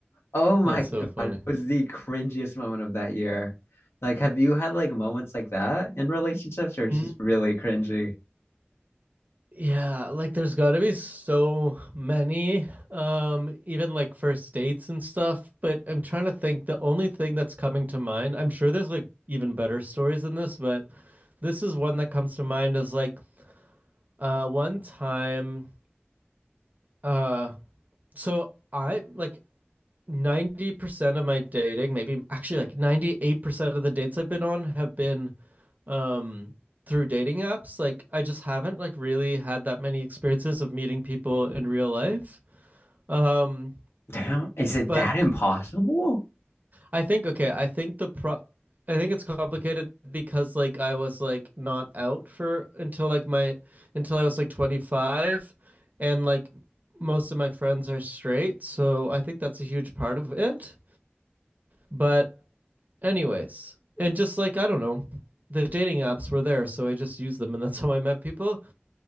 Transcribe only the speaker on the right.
That's so
funny.
Mm,
Yeah, like there's got to be so many, um, even like first dates and stuff. But I'm trying to think the only thing that's coming to mind, I'm sure there's like even better stories than this, but this is one that comes to mind is like uh, one time, uh, so I like 90% of my dating, maybe actually like 98% of the dates I've been on have been um through dating apps. Like I just haven't like really had that many experiences of meeting people in real life. Um
but
I think okay, I think the pro I think it's complicated because like I was like not out for until like my until I was like 25 and like most of my friends are straight, so I think that's a huge part of it. But Anyways, and just like I don't know, the dating apps were there, so I just used them, and that's <laughs> how I met people.